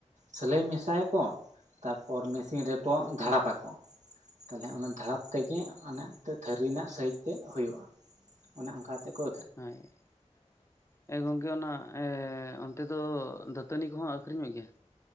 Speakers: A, on the right; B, on the left.
A: ᱥᱤᱞᱟᱹᱭ ᱢᱮᱥᱟᱭᱟᱠᱚ ᱛᱟᱨᱯᱚᱨ ᱢᱮᱥᱤᱱ ᱨᱮ ᱠᱚ ᱫᱷᱟᱲᱟᱯ
B: ᱦᱮᱸ
A: ᱟᱠᱚ ᱛᱟᱦᱚᱞᱮ᱾ ᱚᱱᱟ ᱫᱷᱟᱲᱟᱯ ᱛᱮᱜᱮ ᱮ ᱱᱮ ᱛᱷᱟᱹᱨᱤ ᱨᱮᱱᱟᱜ ᱥᱟᱹᱭᱦᱤᱡ ᱛᱮᱫ ᱦᱩᱭᱩᱜᱼᱟ᱾ ᱚᱱᱮ ᱚᱱᱠᱟ ᱛᱮᱠᱚ
B: ᱦᱳᱭ ᱟᱨ ᱜᱚᱝᱠᱮ ᱚᱱᱟ ᱚᱱᱛᱮ ᱫᱚ ᱫᱟᱹᱛᱟᱹᱱᱤ ᱠᱚᱦᱚᱸ ᱟᱹᱠᱷᱨᱤᱧᱚᱜ ᱜᱮᱭᱟ?